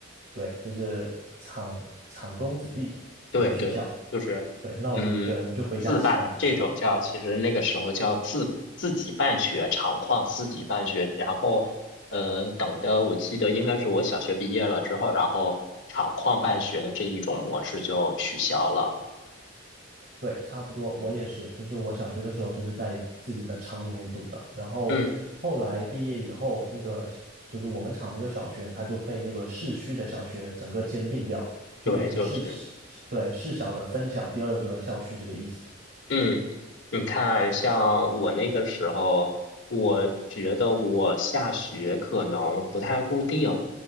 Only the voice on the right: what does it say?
对，就是厂厂工子弟的学校，
对，那我们对我们就回家吃饭就是了。
对，差不多，我也是，就是我小学的时候就是在自己的厂里面读的，然后后来毕业以后，
那个就是我们厂那个小学，它就被那个市区的小学整个兼并掉，就变成市，
对，市小的分校第二个校区这个意思